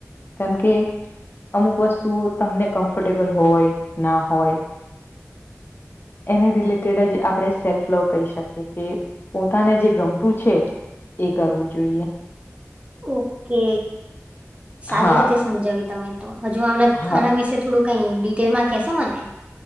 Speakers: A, on the left (about 40°); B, on the right (about 25°).
A: કેમ કે અમુક વસ્તુ, તમને કમ્ફર્ટેબલ હોય, ના હોય. એને રિલેટેડ જ આપણે સેલ્ફ લવ કહી, શકીએ કે પોતાને જે ગમતુ છે એ કરવું જોઈએ.
B: ઓકે સારી
A: હા
B: રીતે સમજાવી તમે તો હજુ આના-આના
A: હા
B: વિશે થોડું કઈ ડિટેલમાં કેશો મને